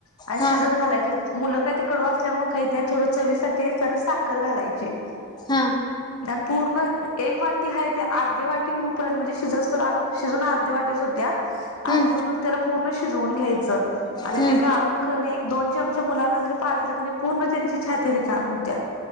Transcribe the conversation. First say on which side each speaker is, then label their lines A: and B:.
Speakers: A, on the left (about 85°); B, on the left (about 20°).
A: आणि
B: हा
A: शिजत घालायच, मुलं काही त कडू असल्यामुळे खहीत नाही, थोडं चवीसाठी तर साखर घालायची,
B: हा.
A: आणि पूर्ण एक वाटी हाय, ते अर्धे वाटी होऊपर्यंत म्हणजे शिजसतोर शिजून अर्ध्या वाटेस होत्या,
B: हम्म
A: अर्ध्या वाटी त्याला पूर्ण शिजवून घ्यायचं,
B: हम्म
A: आणि ते गाळून एक दोनशे अंश मुलांना जरी पाजलं कीनी, पूर्ण त्यांची छाती रीकामि होत्या.